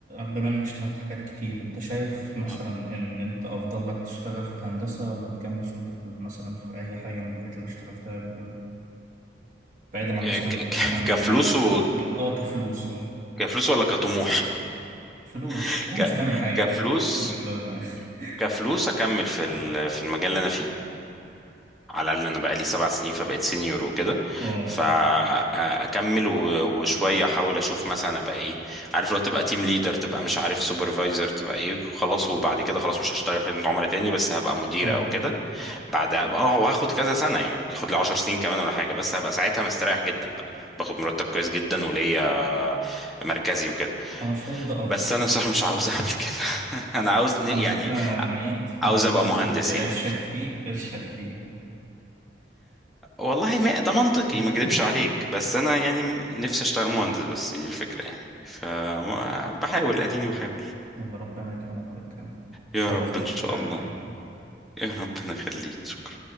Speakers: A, on the right (about 50°); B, in the centre.
A: بما انك اشتغلت حاجات كتير انت شايف مثلا
B: اه
A: ان انت أفضل لك تشتغل في الهندسة ولا تكمل شغل في مثلا في أي حاجة من الحاجات اللي اشتغلتها قبل كده؟ بعيدا عن
B: ك-
A: مثلا انت
B: ك-
A: مثلا ما,
B: كفلوس
A: ت...
B: و...
A: ما... اه كفلوس اه
B: كفلوس ولا كطموح
A: فلوس
B: <laughs>
A: طبعا
B: ك...
A: مش هنعمل حاجة
B: كفلوس
A: كده كده مش لازم <laughs>
B: كفلوس اكمل في ال- في المجال اللي انا فيه على الاقل انا بقى لي سبع سنين فبقيت سينيور وكده
A: اه
B: فاكمل وشويه احاول اشوف مثلا ابقى ايه عارف لو تبقى تيم ليدر تبقى مش عارف سوبرفايزر تبقى ايه خلاص وبعد كده خلاص مش هشتغل خدمه عملاء تاني بس هبقى مدير
A: اه
B: او كده بعدها اه هو هاخد كذا سنه يعني ممكن اخد لي 10 سنين كمان ولا حاجه بس هبقى ساعتها مستريح جدا بقى باخد مرتب كويس جدا وليا مركزي وكده
A: انا شايف ده افضل
B: بس انا صراحه مش عاوز اعمل كده <laughs> انا عاوز يعني
A: عندنا معيد بيقول
B: عاوز ابقى
A: لك
B: مهندس
A: اللي
B: يعني
A: قرشك فيه ارشق فيه
B: والله ما ده منطقي
A: <laughs>
B: ما اكذبش عليك بس انا يعني نفسي اشتغل مهندس بس دي الفكره يعني فبحاول اديني بحاول
A: الله ربنا يكرمك ويكرمك تشرفت
B: يا رب ان
A: بالكلام
B: شاء الله
A: معك يا محمد
B: يا ربنا يخليك شكرا